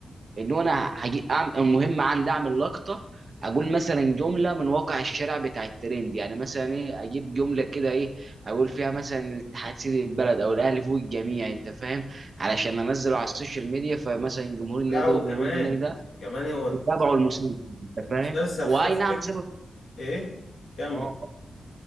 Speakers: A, on the right; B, on the left.
A: اللي هو انا هجي أعمل المهم عندي اعمل لقطه اقول مثلا جمله من واقع الشارع بتاع الترند يعني مثلا ايه اجيب جمله كده ايه اقول فيها مثلا الاتحاد سيد البلد او الاهلي فوق الجميع انت فاهم علشان انزله على السوشيال ميديا فمثلا جمهور النادي
B: لا وكمان
A: ده وجمهور النادي ده
B: كمان هو
A: يتابعوا المسلسل انت
B: المسلسل
A: فاهم هو
B: خد
A: اي
B: سك
A: نعم سبب
B: إيه كمل
A: اه